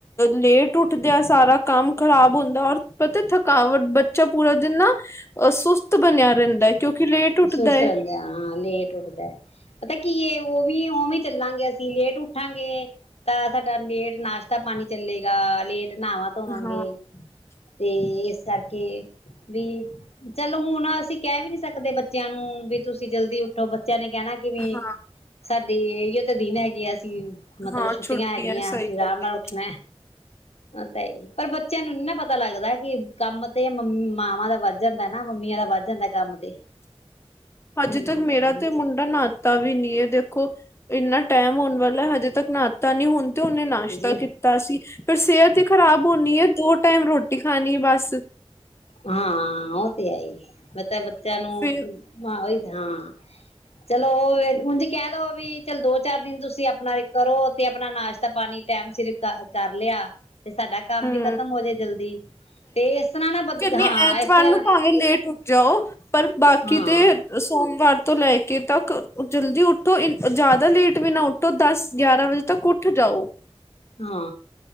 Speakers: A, on the left; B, on the left.
A: ਲੇਟ ਉੱਠਦੇਿਆਂ ਸਾਰਾ ਕੰਮ ਖ਼ਰਾਬ ਹੁੰਦਾ ਔਰ ਪਤਾ ਥਕਾਵਟ ਬੱਚਾ ਪੂਰਾ ਦਿਨ ਨਾ ਅਹ ਸੁਸਤ ਬਣਿਆ ਰਹਿੰਦਾ ਹੈ। ਕਿਉਂਕਿ ਲੇਟ ਉੱਠਦਾ
B: ਸੁਸਤ ਰਹਿਦੇ
A: ਏ।
B: ਹਾਂ ਲਟ ਉਟਦੇ ਪਤਾ ਕੀਏ ਉਹ ਵੀ ਉਵੇਂ ਚੱਲਾਂਗੇ ਅਸੀਂ ਲੇਟ ਉੱਠਾਂਗੇ ਤਾਂ ਸਾਡਾ ਲੇਟ ਨਾਸ਼ਤਾ ਪਾਣੀ ਚੱਲੇਗਾ ਲੇਟ ਨਾਵਾਂ ਧੋਵਾਗੇ
A: ਹਾਂ।
B: ਤੇ ਇਸ ਕਰਕੇ ਵੀ ਚਲੋ ਹੁਣ ਅਸੀਂ ਕਹਿ ਵੀ ਨੀ ਸਕਦੇ ਬੱਚੇ ਬੱਚਿਆਂ ਨੂੰ ਵੀ ਤੁਸੀਂ ਜਲਦੀ ਉੱਠੋ ਬੱਚ ੱਚ ਨੇ ਕਹਿਣਾ ਕਿ ਵੀ
A: ਹਾਂ
B: ਸਾਡੀ ਇਹ ਤਾਂ ਦਿਨ ਹੈਗੇ ਆ ਅ ਮਤਲਬ
A: ਹਾਂ
B: ਛੁੱਟੀਆਂ ਹੈਗੀਆਂ
A: ਸਹੀ
B: ਅਸੀਂ ਆਰਾਮ
A: ਗੱਲ
B: ਨਾਲ
A: ਏ
B: ਉੱਠਣਾ ਤਾਂ ਹੀ ਪਰ ਬੱਚਿਆਂ ਨੂੰ ਇਨਾ ਪਤਾ ਲੱਗਦਾ ਕਿ ਕੰਮ ਤੇ ਮਾਵਾਂ ਦਾ ਵੱਜ ਜਾਂਦਾ ਨਾ ਮੰਮੀੀਆਂ ਦਾ ਵੱਧ ਜਾਂਦਾ ਕੰਮ ਤੇ
A: ਅੱਜੇ
B: ਹਮ
A: ਤੱਕ ਮੇਰਾ ਤੇ ਮੁੰਡਾ ਨਾਹਾਤਾ ਵੀ ਨੀ ਇਹ ਦੇਖੋ ਇੰਨਾ ਟਾਈਮ ਹੋਣ ਵਾਲਾ ਹਜੇ ਤੱਕ ਨਾਤਾ ਨੀ ਹੁਣ ਤੇ ਉਹਨੇ ਨਾਸ਼ਤਾ
B: ਜੀ
A: ਕੀਤਾ ਸੀ ਪਰ ਸਿਹਤ ਹੀ ਖ਼ਰਾਬ ਹੋਣੀ ਹੈ ਦੋ ਟਾਈਮ ਰੋਟੀ ਖਾਣੀ ਹੈ ਬਸ
B: ਹਾਂ ਉਹ ਤੇ ਹੈਈ ਪਤੈ ਬ ਤੈਨੂੰ
A: ਫਿਰ
B: ਹਾਂ ਓਹੀ ਹਾਂ ਚਲੋ ਹੁਣ ਜ ਕਹਿ ਦੋ ਵੀ ਚਲ ਦੋ ਚਾਰ ਦਿਨ ਤੁਸੀਂ ਆਪਣਾ ਏ ਕਰੋ ਤੇ ਆਪਣਾ ਨਾਸ਼ਤਾ ਪਾਣੀ ਟਾਈਮ ਸਿਰ ਕਰ ਲਿਆ ਤੇ ਸਾਡਾ ਕੰਮ
A: ਹੂੰ
B: ਵੀ ਖਤਮ ਹੋ ਜੇ ਜਲਦੀ ਤੇ ਇਸ ਤਰ੍ਹਾਂ ਨਾ
A: ਨੀ
B: ਹਾਂ
A: ਐਤਵਾਰ
B: ਇਸ ਤਰ੍ਹਾਂ
A: ਨੂੰ ਭਾਵੇਂ ਲੇਟ ਉਟ ਜਾਓ ਪਰ ਬਾਕੀ
B: ਹਾਂ
A: ਤੇ ਸੋਮਵਾਰ ਤੋਂ ਲੈ ਕੇ ਤੱਕ ਜਲਦੀ ਉੱਠੋਇ ਜ਼ਿਆਦਾ ਲੇਟ ਵੀ ਨਾ ਉੱਠੋ ਦਸ ਗਿਆਰਾਂ ਵਜੇ ਤੱਕ ਉੱਠ ਜਾਓ
B: ਹਾਂ